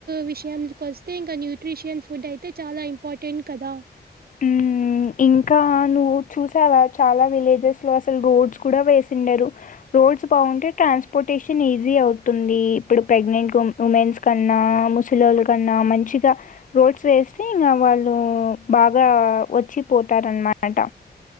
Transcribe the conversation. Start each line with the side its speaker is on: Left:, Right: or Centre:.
Right: విషయానికి వస్తే ఇంకా న్యూట్రిషిన్ ఫుడ్ అయితే చాలా ఇంపార్టెంట్ కదా
Left: ఉ ఇంకా నువ్వు చూసావా చాలా విలేజెస్ లో అసలు రోడ్స్ కూడా వేసిండారు రోడ్స్ బాగుంటే ట్రాన్స్పోర్టేషన్ ఈజీ అవుతుంది ఇప్పుడు ప్రెగ్నెంట్ ఉమెన్స్ కన్నా ముసలి వాళ్ళ కన్నా మంచిగా రోడ్స్ వేస్తే ఇకా వాళ్ళు బాగా వచ్చి పోతారన్నమాట